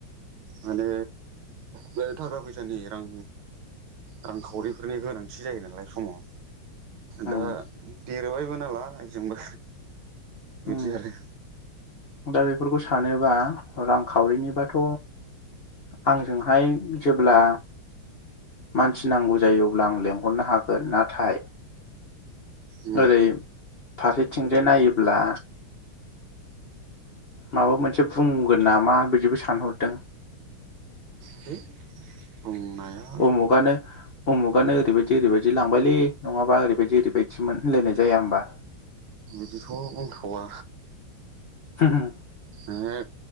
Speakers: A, on the right; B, on the left.
A: माने बे थाखा फैसानि रां रांखावरिफोरनि गोनांथि जायो नालाय समाव
B: उम
A: दा देरबायबो नालाय जोंबो बिदि
B: उम
A: आरो
B: दा बेफोरखौ सानोबा रांखावरिनिबाथ' आंजोंहाय जेब्ला मानसि नांगौ जायो अब्ला आं लेंहरनो हागोन नाथाय
A: उम
B: ओरै फारि थिंजाय नायो- ब्ला माबा मोनसे बुंगोन नामा बिदिबो सानहरदों।
A: है बुंनाया
B: उमुगानो-उमुगानो ओरैबायदि-ओरैबायदि लांबायलै नङाबा ओरैबायदि-ओरैबायदि सोमोन होनलायनाय जाया होमबा।
A: बिदिथ' बुंथावा
B: हो होम
A: ए